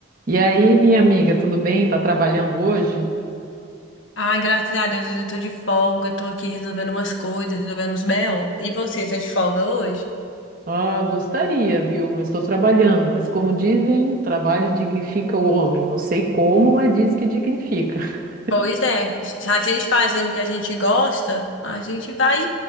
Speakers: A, on the right; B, on the left.
A: E aí, minha amiga, tudo bem? Tá trabalhando hoje?
B: Ai, graças a Deus, hoje eu tô de folga, tô aqui resolvendo umas coisas, resolvendo uns BO. E você, tá de folga hoje?
A: Ah, gostaria, viu? Mas estou trabalhando. Mas como dizem, o trabalho dignifica o homem. Não sei como, mas diz que dignifica. <laughs>
B: Pois é, a gente fazendo o que a gente gosta, a gente vai